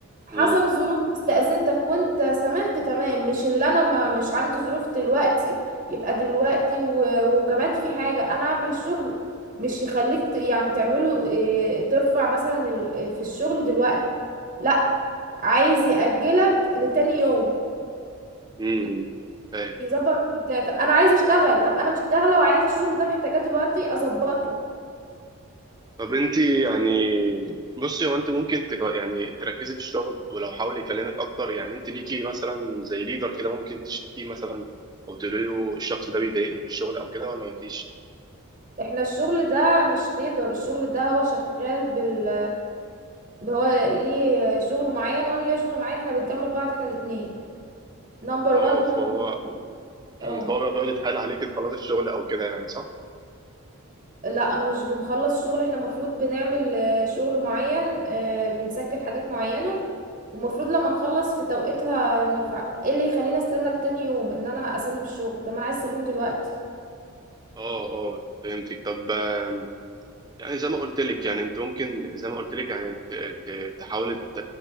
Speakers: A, on the right (about 35°); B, on the right (about 20°).
A: حصل
B: مم.
A: ظروف استأذنتك وانت سمحت تمام مش اللي انا ما مش عندي ظروف دلوقتي يبقى دلوقتي و... وكمان في حاجة انا اعمل الشغل مش يخليك ت... يعني تعمله إيه ترفع مثلا ال... في الشغل دلوقتي لا عايز يأجلك لتاني يوم
B: مم. فاهم
A: يظبط ت- ت- انا عايزه اشتغل طب انا مش شغاله وعايزه الشغل ده محتاجاه دلوقتي اظبطه
B: طب انت يعني بصي هو انت ممكن تك... يعني تركزي في الشغل ولو حاول يكلمك اكتر يعني انت ليكي مثلا زي ليدر كده ممكن تشتكيه مثلا او تقولي له الشخص ده بيضايقني في الشغل او كده ولا مفيش
A: احنا الشغل ده مش ليدر الشغل ده هو شغال بال هو ليه شغل معين وانا ليا شغل معين احنا بنكمل بعض احنا الاتنين نمبر
B: اه
A: وان ونمبر
B: فهو
A: تو اه
B: مم. فهو بقى بيقعد يتحايل عليك تخلصي الشغل او كده يعني صح
A: لا مش بنخلص شغل احنا المفروض بنعمل آه، شغل معين آه، بنسجل حاجات معينة ومفروض لما نخلص في توقيتها نرفع ايه اللي يخليني استنى لتاني يوم ان انا اسلم الشغل طب ما انا عايز اسلمه دلوقتي
B: اه اه فهمتك طب آم، يعني زي ما قلت لك يعني انت ممكن زي ما قلت لك يعني ت- ت- تحاول ت-